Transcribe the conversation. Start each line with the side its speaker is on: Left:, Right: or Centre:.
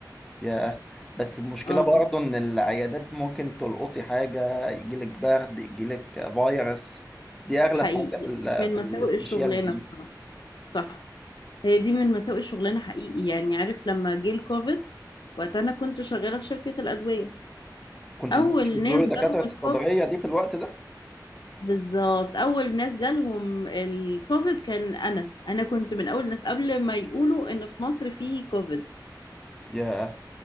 Centre: ياه بس المشكلة
Left: اه
Centre: برضه إن العيادات ممكن تلقطي حاجة يجيلك برد يجيلك فيروس دي أغلى
Left: حقيقي
Centre: حاجة في ال
Left: دي من
Centre: في
Left: مساوئ
Centre: السبيشياليتي
Left: الشغلانه
Centre: دي
Left: بصراحه صح هي دي من مساوئ الشغلانه حقيقي يعني عارف لما جه الكوفيد وقت انا كنت شغاله في شركه الادويه
Centre: كنت
Left: اول
Centre: ممكن تزوري
Left: ناس
Centre: دكاترة
Left: جالهم
Centre: الصدرية
Left: الكوفيد
Centre: دي في الوقت ده
Left: بالظبط اول ناس جالهم الكوفيد كان انا انا كنت من اول الناس قبل ما يقولوا ان في مصر في كوفيد
Centre: ياه